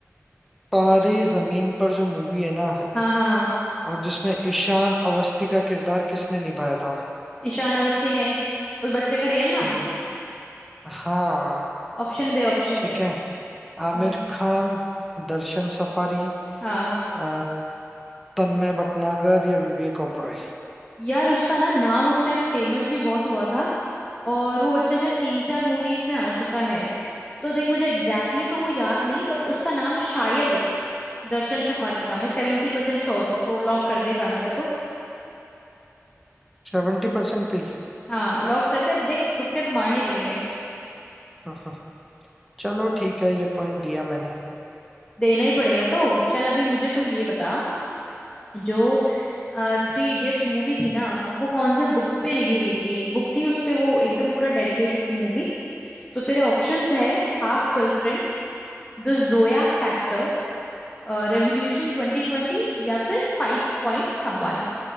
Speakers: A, in the centre; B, on the left.
A: तारे जमीन पर जो मूवी है ना
B: हाँ हाँ हाँ।
A: और जिसमें ईशान अवस्थी का किरदार किसने निभाया था
B: ईशान अवस्थी ने उस बच्चे का रियल नाम
A: हम्म हाँ
B: ऑप्शन दे ऑप्शन
A: ठीक
B: दे
A: है आमिर
B: हम्म
A: खान दर्शन सफारी
B: हाँ
A: अ, तन्मय भटनागर या विवेक ओबरॉय
B: यार उसका ना नाम उस टाइम फेमस भी बहुत हुआ था और वो बच्चा शायद तीन चार मूवीज में आ चुका है तो देख मुझे एग्जैक्टली exactly तो वो याद नहीं बट उसका नाम शायद दर्शन सफारी था मैं सेवेंटी परसेंट श्योर हूँ तो लॉक कर दे इस आंसर को।
A: सेवेंटी परसेंट पे ही।
B: हाँ लॉक कर दे अब देख तुक्के तो मारने ही पड़ेंगे
A: हम्म, हम्म। चलो ठीक है ये पॉइंट दिया मैंने
B: देना ही पड़ेगा तो चल अभी मुझे तू ये बता जो थ्री इडियट्स मूवी थी ना वो कौन से बुक पे लिखी गई थी एक बुक थी उस पे वो एकदम पूरा डेडिकेटेड थी मूवी तो तेरे ऑप्शंस है Half Girlfriend The Zoya Factor revolution ट्वेंटी ट्वेंटी या फिर फाइव पॉइंट समवन